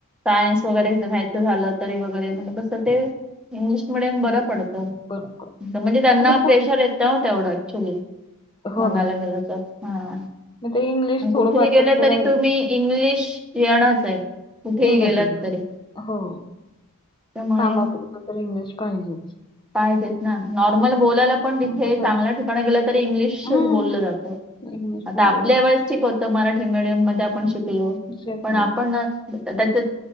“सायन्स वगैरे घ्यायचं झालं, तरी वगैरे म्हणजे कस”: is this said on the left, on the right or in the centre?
Centre